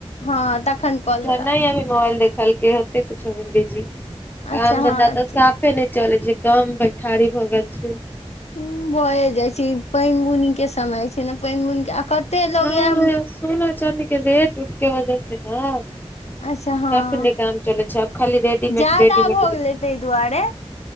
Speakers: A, on the left; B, on the left.
A: हँ तखन कॉल वला
B: नहि अभी मोबाइल देखलके होते कुछो भऽ बीजी काम
A: अच्छा हँ
B: धन्धा तऽ साफ नहि चले छै एकदम बैठारी भऽ गेल छै
A: ह्म भए जाइ छै पानि बुनि के समय छै ने पानि बुनि के कते लोग
B: न
A: या
B: यै सोना चांदी के वेट उट के वजह से न
A: अच्छा हँ
B: सबने काम चलै छै आब खाली रेडीमेड
A: ज्यादा
B: रेडीमेड
A: भऽ गेलै ताहि दुआरे